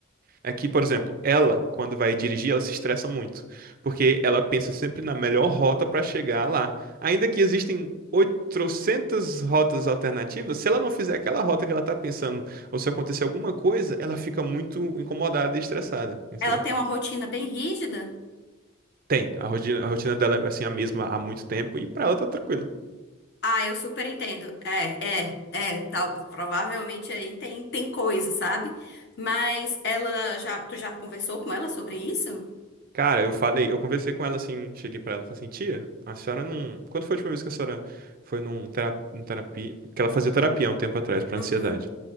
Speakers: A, on the right (about 45°); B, on the left (about 50°).
A: É que, por exemplo, ela, quando vai dirigir, ela se estressa muito, porque ela pensa sempre na melhor rota para chegar lá. Ainda que existem 800 rotas alternativas, se ela não fizer aquela rota que ela tá pensando, ou se acontecer alguma coisa, ela fica muito incomodada e estressada, entendeu?
B: Ela tem uma rotina bem rígida?
A: Tem, a rotina, a rotina dela é assim a mesma há muito tempo e pra ela tá tranquila.
B: Ah, eu super entendo. É, é, é, tal, provavelmente aí tem, tem coisa, sabe? Mas ela já, tu já conversou com ela sobre isso?
A: Cara, eu falei, eu conversei com ela assim, cheguei pra ela, falei assim, tia, a senhora não, quando foi a última vez que a senhora foi num terapia, terapia, que ela fazia terapia há um tempo atrás pra
B: Uhum,
A: ansiedade?